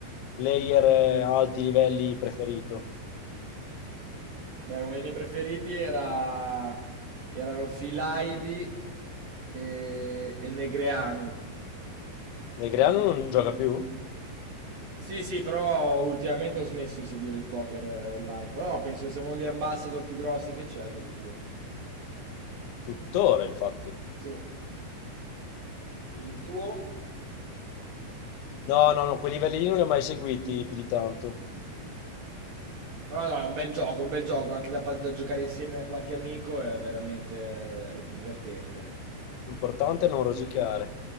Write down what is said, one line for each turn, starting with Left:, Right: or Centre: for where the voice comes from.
Left: Player eh, a alti livelli preferito?
Right: Beh, uno dei miei preferiti era... erano Filaivi e... e Negreanu.
Left: Negreanu non gioca più?
Right: Sì, sì, però ultimamente ho smesso di seguire il poker eh, online. Però no, penso che sia uno degli ambassador più grossi che c'è addirittura.
Left: Tuttora, infatti.
Right: Sì. Il tuo?
Left: No, no, no, quei livelli lì non li ho mai seguiti più di tanto.
Right: Però no, è un bel gioco, è un bel gioco, anche da, pa- da giocare insieme a qualche amico è veramente eh, divertente.
Left: L'importante è non rosicare.